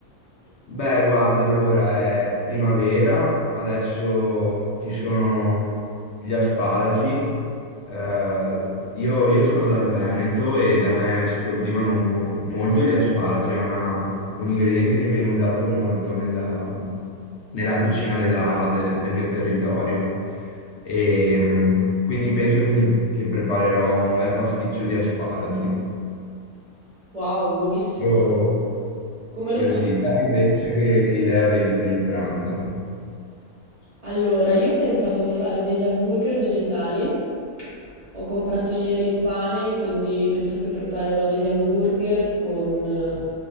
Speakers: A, on the left; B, on the right.
A: Beh, guarda, allora è primavera, adesso ci sono gli asparagi. Eh, io, io sono dal Veneto e da me si coltivano molto gli asparagi, è una- un ingrediente che viene usato molto nella, nella cucina della- del, del mio territorio. E, mm, quindi penso che mi- che preparerò un bel pasticcio di asparagi.
B: Wow, buonissimo.
A: Io-
B: Come lo
A: Io
B: fai?
A: sì, te invece che, che idea avevi per il pranzo?
B: Allora, io pensavo di fare degli hamburger vegetali. Ho comprato ieri il pane, quindi penso che preparerò degli hamburger con eh,